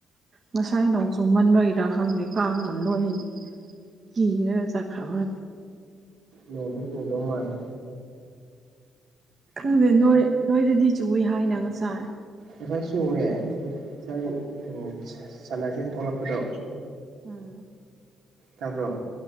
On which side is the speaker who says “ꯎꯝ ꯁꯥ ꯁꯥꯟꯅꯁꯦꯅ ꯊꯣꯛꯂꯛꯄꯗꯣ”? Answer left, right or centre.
Right